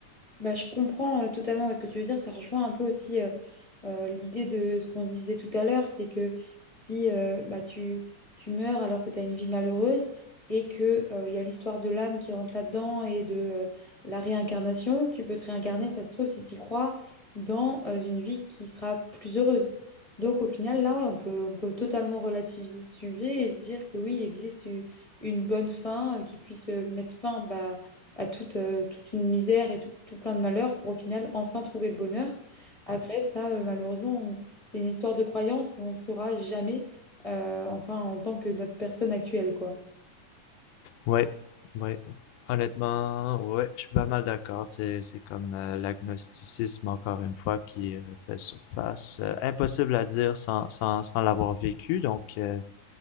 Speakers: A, on the left; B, on the left.
A: Bah, je comprends euh, totalement ouais, ce que tu veux dire. Ça rejoint un peu aussi euh, euh, l'idée de ce qu'on se disait tout à l'heure, c'est que si euh, bah, tu, tu meurs alors que tu as une vie malheureuse et que euh, il y a l'histoire de l'âme qui rentre là-dedans et de euh, la réincarnation, tu peux te réincarner, ça se trouve, si tu y crois, dans euh, une vie qui sera plus heureuse. Donc au final, là, ouais, on peut, on peut totalement relativiser ce sujet et se dire que oui, il existe u- une bonne fin euh, qui puisse euh, mettre fin bah, à toute, euh, toute une misère et tout, tout plein de malheurs pour au final enfin trouver le bonheur. Après, ça, euh, malheureusement, on- c'est une histoire de croyance, on ne le saura jamais, euh, enfin, en tant que notre personne actuelle, quoi.
B: Ouais, ouais. Honnêtement, ouais, je suis pas mal d'accord. C'est, c'est comme euh, l'agnosticisme, encore une fois, qui refait surface. Euh, impossible à dire sans, sans, sans l'avoir vécu, donc, euh,